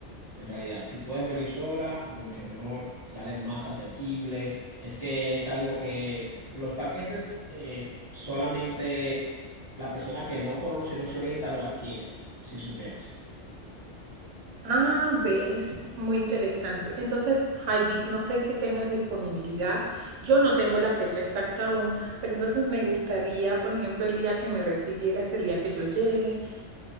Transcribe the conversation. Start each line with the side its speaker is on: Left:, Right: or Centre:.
Left: En realidad, si puedes venir sola, mucho mejor, sale más asequible. Es que es algo que los paquetes eh, solamente la persona que no conoce y no se orienta lo adquiere, si superas.
Right: Ah, ve, es muy interesante. Entonces, Javi, no sé si tengas disponibilidad. Yo no tengo la fecha exacta aún, pero entonces me gustaría, por ejemplo, el día que me recibieras, el día que yo llegue.